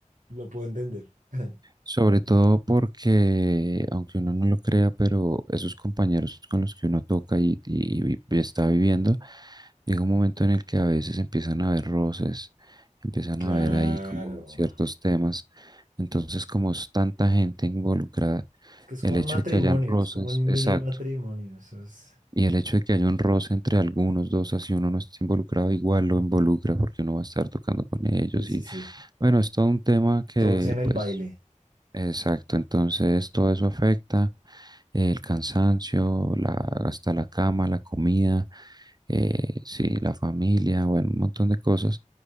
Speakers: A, on the right; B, on the right.
A: lo puedo entender. <laughs>
B: Sobre todo porque, aunque uno no lo crea, pero esos compañeros con los que uno toca y, y- y está viviendo, llega un momento en el que a veces empiezan a haber roces, empiezan
A: Claro.
B: a haber ahí como ciertos temas. Entonces, como es tanta gente involucrada,
A: Es que es
B: el
A: como un
B: hecho
A: matrimonio,
B: de que hayan roces,
A: es como un
B: exacto,
A: mini matrimonio. Eso es...
B: y el hecho de que haya un roce entre algunos dos, así uno no está involucrado, igual lo involucra porque uno va a estar tocando con ellos
A: Sí, sí,
B: y
A: sí.
B: bueno, es todo un tema que
A: Todos en el
B: pues
A: baile.
B: Exacto, entonces todo eso afecta, eh, el cansancio, la, hasta la cama, la comida, eh,
A: Mm,
B: sí, la familia, bueno, un montón de cosas